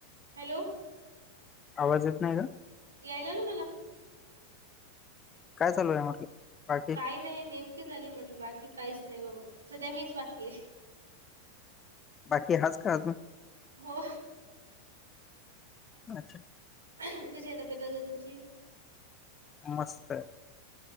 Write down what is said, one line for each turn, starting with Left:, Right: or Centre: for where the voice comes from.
Right: हॅलो.
Left: आवाज येत नाहीय का?
Right: यायला ना मला.
Left: काय चालू आहे म्हटलं. बाकी
Right: काही नाही नेमकी झाली म्हटलं बाकी काहीच नाही बाबा. सध्या मीच बाकी आहे.
Left: बाकी हाच का अजून.
Right: हो.
Left: अच्छा.
Right: कशी आहे तब्येत आता तुमची?
Left: मस्त.